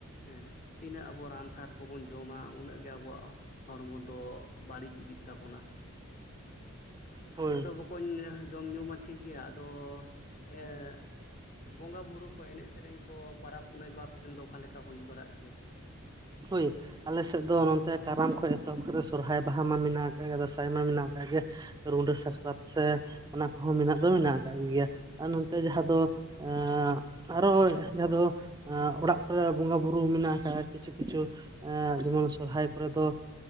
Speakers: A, on the left; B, on the right.
A: ᱦᱮᱸ ᱛᱤᱱᱟᱹᱜ ᱟᱵᱚ ᱨᱟᱱ ᱥᱟᱨ ᱠᱚᱵᱚᱱ ᱡᱚᱢᱟ ᱩᱱᱟᱹᱜ ᱜᱮ ᱟᱵᱩᱣᱟᱜ ᱦᱚᱲᱢᱚ ᱫᱚ ᱵᱟᱹᱲᱤᱡ ᱤᱫᱤᱜ ᱛᱟᱵᱚᱱᱟ
B: ᱦᱳᱭ
A: ᱟᱫᱚ ᱵᱚᱠ ᱠᱚᱧ ᱡᱚᱢ ᱧᱩ ᱢᱟ ᱴᱷᱤᱠ ᱜᱮᱭᱟ ᱟᱫᱚ ᱮ ᱵᱚᱸᱜᱟ ᱵᱩᱨᱩ ᱠᱚ ᱮᱱᱮᱡ ᱥᱮᱨᱮᱧ ᱠᱚ ᱯᱟᱨᱟᱵᱽ ᱯᱩᱱᱟᱹᱭ ᱠᱚ ᱟᱯᱮᱥᱮᱱ ᱫᱚ ᱚᱠᱟᱞᱮᱠᱟ ᱦᱩᱭ ᱵᱟᱲᱟᱜ ᱜᱮᱭᱟ?
B: ᱦᱳᱭ ᱟᱞᱮᱥᱮᱫᱽ ᱫᱚ ᱱᱚᱝᱛᱮ ᱠᱟᱨᱟᱢ ᱠᱷᱚᱡ ᱮᱛᱚᱦᱚᱵ ᱠᱟᱫᱮ ᱥᱚᱨᱦᱟᱭ ᱵᱟᱦᱟ ᱢᱟ ᱢᱮᱱᱟᱜ ᱟᱠᱟᱫ ᱜᱮ ᱫᱟᱸᱥᱟᱭ ᱢᱟ ᱢᱮᱱᱟᱜ ᱟᱠᱟᱫ ᱜᱮ ᱨᱩᱰᱟᱹ ᱥᱟᱠᱨᱟᱛ ᱥᱮ ᱚᱱᱟ ᱠᱚᱦᱚᱸ ᱢᱮᱱᱟᱜ ᱫᱚ ᱢᱮᱱᱟᱜ ᱟᱠᱟᱫ ᱜᱮᱭᱟ ᱟᱨ ᱱᱚᱛᱮ ᱡᱟᱦᱟᱸ ᱫᱚ ᱮᱜ ᱟᱨᱚ ᱡᱟᱦᱟᱸ ᱫᱚ ᱮᱜ ᱚᱲᱟᱜ ᱠᱚᱨᱮ ᱵᱚᱸᱜᱟ ᱵᱩᱨᱩ ᱢᱮᱱᱟᱜ ᱟᱠᱟᱜᱟ ᱠᱤᱪᱷᱩ ᱠᱤᱪᱷᱩ ᱮ ᱡᱮᱢᱚᱱ ᱥᱚᱨᱦᱟᱭ ᱠᱚᱨᱮ ᱫᱚ